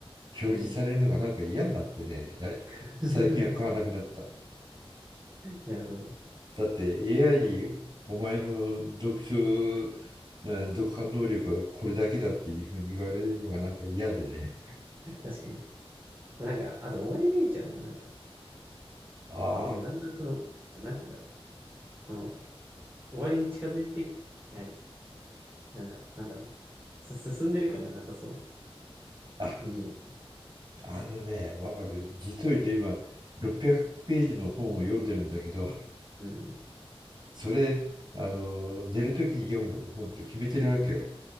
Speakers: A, on the right (about 20°); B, on the right (about 45°).
A: うん。
B: 表示されるのがなんか嫌になってね、
A: うん
B: や
A: <laughs>
B: 最近は買わなくなった。
A: なるほど。
B: だって AI にお前の読書、えー読破能力はこれだけだっていうふうに言われるのがなんか嫌でね。
A: 確かに。まあなんか、あと終わり見えちゃうのもなんか、
B: あ
A: なんかだんだんその、なんて言うんだろう。この、え終わりに近づいて、はい、なんか、なんだろうな。す、進んでる感がなさそうな
B: あ、あ、
A: イメージ。
B: あのね、わかる。実を言うと今、600ページの本を読んでるんだけど、
A: うん、
B: それ、あの、寝るときに読む本と決めてるわけよ。